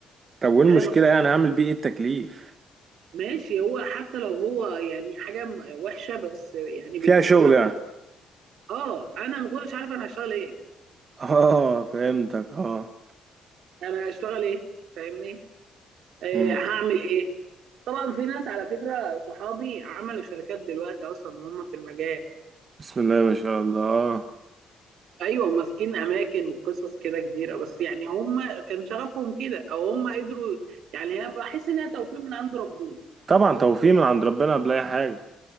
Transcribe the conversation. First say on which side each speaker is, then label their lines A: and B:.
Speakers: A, on the right; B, on the right.
A: طب وايه المشكله
B: أنا ما كنت-
A: يعني هعمل بيه ايه التكليف
B: ماشي هو حتى لو هو يعني حاجة م- وحشة بس يعني
A: فيها
B: بت-
A: شغل
B: بتبقى
A: يعني
B: كويسة أه أنا ما كنتش عارف أنا هشتغل إيه
A: اه فهمتك اه
B: أنا هشتغل إيه فاهمني؟ آه،
A: مم.
B: هعمل ايه طبعا في ناس على فكره صحابي عملوا شركات دلوقتي اصلا وهم في المجال
A: بسم الله ما شاء الله
B: ايوه ماسكين اماكن وقصص كده كبيره بس يعني هم كان شغفهم كده او هم قدروا يعني هي بحس انها توفيق من عند ربنا
A: طبعا توفيق من عند ربنا قبل اي حاجه